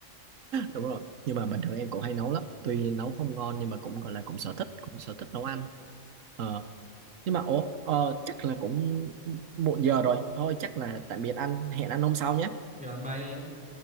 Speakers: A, on the right; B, in the centre.
A: đúng rồi nhưng mà bình thường em cũng hay nấu lắm tuy nấu không ngon nhưng mà cũng gọi là cũng sở thích cũng sở thích nấu ăn ờ nhưng mà ủa ờ, chắc là cũng muộn giờ rồi thôi chắc là tạm biệt anh hẹn anh hôm sau nhé
B: rồi ba em